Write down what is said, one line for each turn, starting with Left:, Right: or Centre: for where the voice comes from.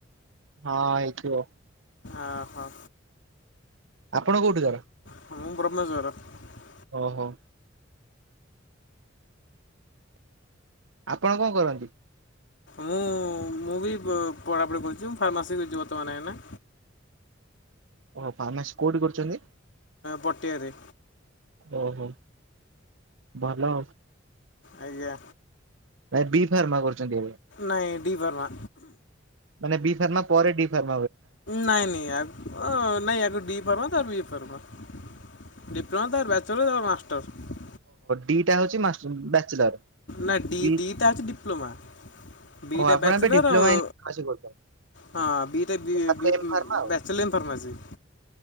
Right: ହଁ ହେଇଥିବ।
Left: ଓହୋ।
Right: ଆପଣ କୋଉଠିକାର?
Left: <unintelligible>
Right: ଓହୋ। ଆପଣ କଣ କରନ୍ତି?
Left: ମୁଁ ମୁଁ ବି ପଢ଼ାପଢ଼ି କରୁଛି ଫାର୍ମାସି କଛି ବର୍ତ୍ତମାନ ଏଇନା।
Right: ଓ ଫାର୍ମାସି କୋଉଠି କରୁଛନ୍ତି?
Left: ପଟିଆରେ।
Right: ଓହୋ ଭଲ।
Left: ଆଜ୍ଞା
Right: ନାଇ ବି ଫାର୍ମା କରୁଛନ୍ତି ଏବେ।
Left: ନାଇଁ ଡି ଫାର୍ମ।
Right: ମାନ ବି ଫାର୍ମା ପରେ ଡି ଫେମା।
Left: ନାଇଁ ନାଇଁ ନାଇଁ ଡି ପର୍ ବି ପ। ଡିପ୍ଲୋମା ତ ବ୍ୟାଚଲର ତ ମାଷ୍ଟର।
Right: ଦିଟା ହଉଛି ବ୍ୟାଚଲର।
Left: ନା ଡି
Right: ବି
Left: ଡି ତା ଅଛି ଡିପ୍ଲୋମା। ବଟା
Right: ଓ ଆପଣ
Left: ବ୍ୟାଚୁଲର
Right: ଏବେ ଡିପ୍ଲୋମା
Left: ଆଉ
Right: ଇନ ଫାର୍ମାସୀ କରୁଛନ୍ତି
Left: ହଁ ବଚଲର୍
Right: ତାପରେ ଏମ୍ ଫାର୍ମା ଆଉ
Left: ଇନ୍ ଫାର୍ମାେସି।